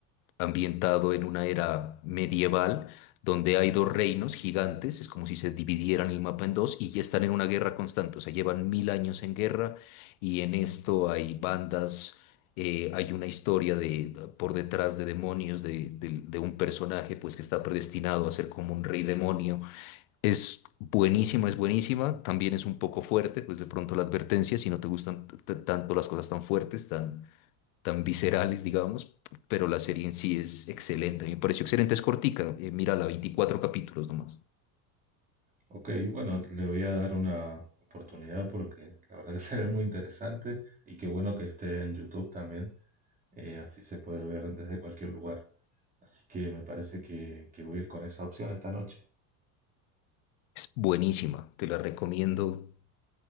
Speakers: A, on the left; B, on the right.
A: ambientado en una era medieval donde hay dos reinos gigantes, es como si se dividieran el mapa en dos y ya están en una guerra constante, o sea, llevan mil años en guerra y en esto hay bandas, eh, hay una historia de, por detrás de demonios, de, de- de un personaje pues que está predestinado a ser como un rey demonio. Es buenísima, es buenísima, también es un poco fuerte, pues de pronto la advertencia, si no te gustan t- t- tanto las cosas tan fuertes, tan tan viscerales, digamos, pero la serie en sí es excelente. A mí Me pareció excelente, es cortica, eh, mírala, 24 capítulos nomás.
B: Ok, bueno, le voy a dar una oportunidad porque la verdad que se ve muy interesante y qué bueno que esté en YouTube también, eh, así se puede ver desde cualquier lugar. Así que me parece que, que voy a ir con esa opción esta noche.
A: Es buenísima, te la recomiendo